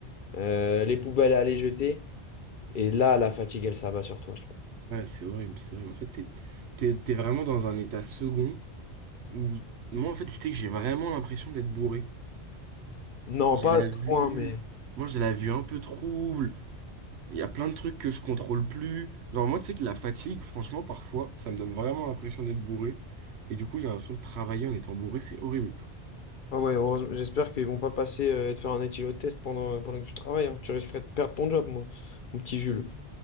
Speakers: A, on the left (about 60°); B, on the right (about 70°).
A: euh, les poubelles à aller jeter. Et là, la fatigue, elle s'abat sur toi, je trouve.
B: Ouais, c'est horrible, c'est horrible. En fait, t'es, t'es, t'es vraiment dans un état second où, moi, en fait, tu sais que j'ai vraiment l'impression d'être bourré.
A: Non,
B: J'ai
A: pas
B: la
A: à ce
B: vue,
A: point, mais.
B: moi, j'ai la vue un peu trouble. Il y a plein de trucs que je contrôle plus. Genre, moi, tu sais que la fatigue, franchement, parfois, ça me donne vraiment l'impression d'être bourré. Et du coup, j'ai l'impression de travailler en étant bourré, c'est horrible.
A: Ah ouais, heureusement, j'espère qu'ils vont pas passer euh, et te faire un éthylotest pendant, pendant que tu travailles. hein. Tu risquerais de perdre ton job, mon mon petit Jules.